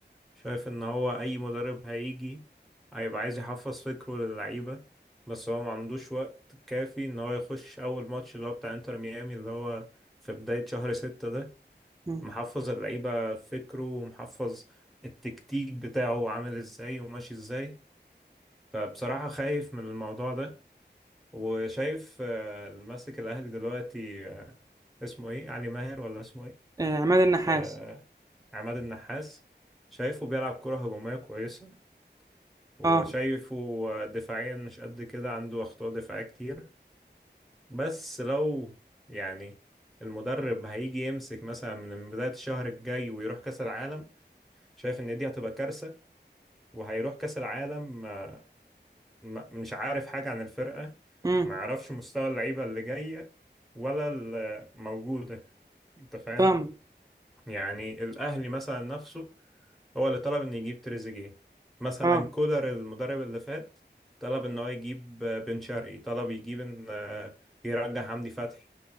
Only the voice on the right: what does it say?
مم.
آه عماد النحاس
اه
امم
فاهمك
اه